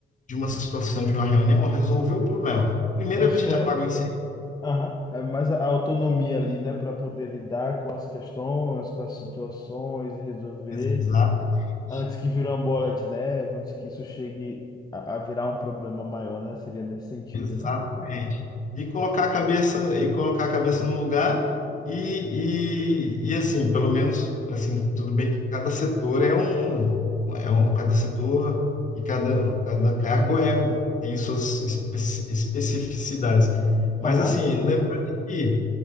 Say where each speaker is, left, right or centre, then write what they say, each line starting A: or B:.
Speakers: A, on the left (about 40°); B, on the left (about 20°).
A: de uma situação de uma reunião, resolver o problema. Primeiro
B: Acho
A: a gente
B: que é,
A: apaga o incêndio.
B: aham, é mais a autonomia ali, né? Para poder lidar com as questões, com as situações e resolver
A: Exatamente.
B: antes que vire uma bola de neve, antes que isso chegue a, a virar um problema maior, né? Seria nesse sentido,
A: Exatamente.
B: né?
A: E colocar a cabeça e colocar a cabeça no lugar e, e, e assim, pelo menos assim, tudo bem que cada setor é um, é um cada setor e cada, cada cargo é tem suas espe- especificidades. Mas
B: Aham.
A: assim, lembrando que